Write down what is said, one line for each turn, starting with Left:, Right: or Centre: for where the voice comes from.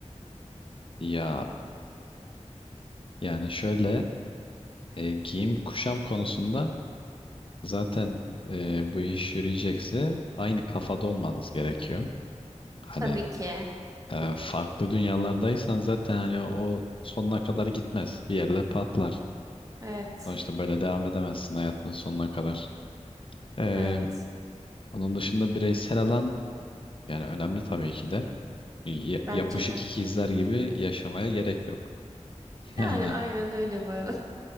Left: ya yani şöyle e, giyim kuşam konusunda zaten e, bu iş yürüyecekse aynı kafada olmanız gerekiyor. Hani
Right: Tabii ki.
Left: e, farklı dünyalardaysan zaten hani o sonuna kadar gitmez. Bir yerde patlar.
Right: Evet.
Left: Sonuçta böyle devam edemezsin hayatın sonuna kadar. Ee,
Right: Evet.
Left: onun dışında bireysel alan yani önemli tabii ki de. Y-
Right: Bence
Left: yapışık
Right: de.
Left: ikizler gibi yaşamaya gerek yok. Yani
Right: Yani aynen öyle bu arada.